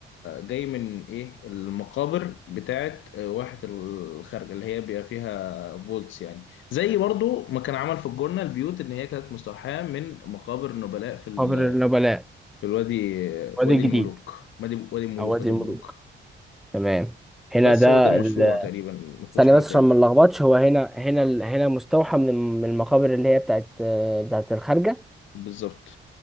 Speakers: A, on the left; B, in the centre.
A: جاي من ايه المقابر بتاعت آه، واحة الخارجة اللي هي بيبقى فيها فولتس يعني زي برضو ما كان عمل في الجنة البيوت ان هي كانت مستوحاة من مقابر نبلاء في ال...
B: قبر النبلاء
A: في الوادي في
B: وادي
A: وادي
B: الجديد
A: الملوك وادي وادي الملوك
B: او وادي
A: وادي
B: الملوك
A: الملوك
B: تمام هنا
A: بس
B: ده
A: هو ده المشروع
B: ال...
A: تقريبا ما فيهوش
B: ثانية
A: حاجة
B: بس
A: تاني
B: عشان ما نلخبطش هو هنا هنا ال- هنا مستوحى من الم- من المقابر اللي هي بتاعت آه، بتاعت الخارجة
A: بالظبط